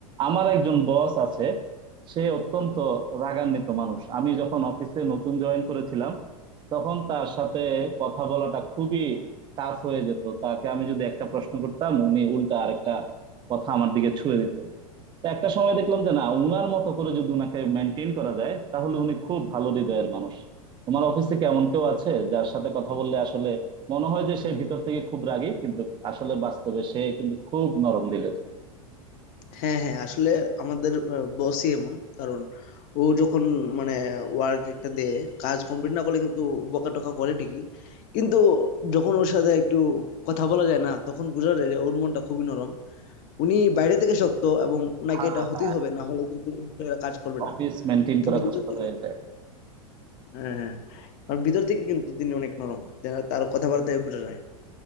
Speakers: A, on the right (about 25°); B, on the left (about 40°).
A: আমার একজন বস আছে সে অত্যন্ত রাগান্বিত মানুষ আমি যখন অফিসে নতুন জয়েন করেছিলাম তখন তার সাথে কথা বলাটা খুবই টাফ হয়ে যেত তাকে আমি যদি একটা প্রশ্ন করতাম উনি উল্টা আরেকটা কথা আমার দিকে ছুঁড়ে দিত তো একটা সময় দেখলাম যে না উনার মতো করে যদি উনাকে মেনটেন করা যায় তাহলে উনি খুব ভালো হৃদয়ের মানুষ তোমার অফিসে কি এমন কেউ আছে যার সাথে কথা বললে আসলে মনে হয় যে সে ভিতর থেকে খুব রাগী কিন্তু আসলে বাস্তবে সে কিন্তু খুব নরম দিলের
B: হ্যাঁ হ্যাঁ আসলে আমাদের বসই এমন কারণ ও যখন মানে ওয়ার্ক একটা দেয় কাজ কমপ্লিট না করলে কিন্তু বকা টকা করে ঠিকই কিন্তু যখন ওর সাথে একটু কথা বলা যায় না তখন বোঝা যায় যে ওর মনটা খুবই নরম উনি বাইরে থেকে শক্ত এবং উনাকে
A: হ্যাঁ
B: এটা হতেই
A: হ্যাঁ
B: হবে না হলে কিন্তু এরা কাজ করবে
A: অফিস
B: না
A: মেনটেন
B: কিন্তু
A: করা
B: ভিতর
A: কষ্ট
B: থেকে
A: হয়ে যায়
B: হ্যাঁ হ্যাঁ আর ভিতর থেকে কিন্তু তিনি অনেক নরম তার কথাবার্তায় বোঝা যায়